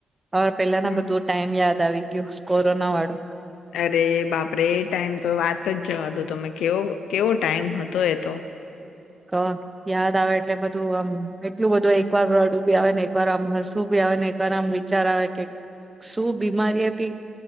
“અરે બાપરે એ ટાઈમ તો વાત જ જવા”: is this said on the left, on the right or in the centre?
Left